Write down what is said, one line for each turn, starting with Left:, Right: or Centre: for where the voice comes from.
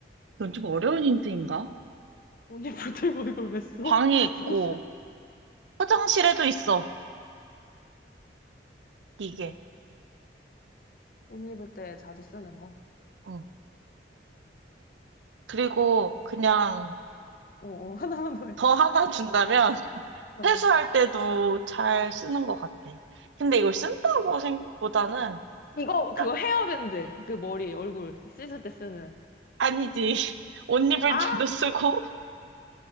Right: 이건 좀 어려운 힌트인가?
Left: 옷 입을 때 뭐 이걸 왜 써?
Right: 방에
Left: <laughs>
Right: 있고,
Left: 무슨
Right: 화장실에도 있어, 이게.
Left: 옷 입을 때 자주 쓰는 거?
Right: 응. 그리고
Left: 음.
Right: 그냥
Left: 어, 어, <laughs> 하나만 더 할게.
Right: 더 하나 준다면 <laughs>
Left: 어.
Right: 세수할 때도 잘 쓰는 것 같아. 근데 이걸 쓴다고 생각보다는
Left: 이거, 그거
Right: 딱
Left: 헤어밴드. 그 머리, 얼굴 씻을 때 쓰는.
Right: 아니지. <laughs> 옷 입을
Left: 아,
Right: 때도 쓰고